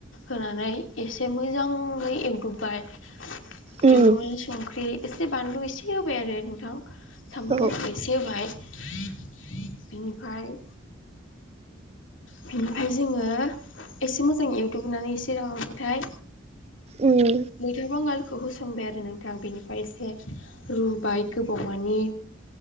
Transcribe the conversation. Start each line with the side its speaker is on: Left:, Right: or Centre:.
Left: होनानै एसे मोजाङै एवद'बबाय
Right: उम
Left: एरुवि संख्रि एसे बानलु इसे होबाय आरो नोंथां । सामब्राम
Right: औ
Left: गुफुर एसे होबाय बिनिफाय बिनिफाय जोङो एसे मोजां एवदुबनानै एसे राबाथाय
Right: उम
Left: मैथा बांगाल खौ होस'नबाय आरो नोंथां बेनिफाय एसे रुबाय गोबावमानि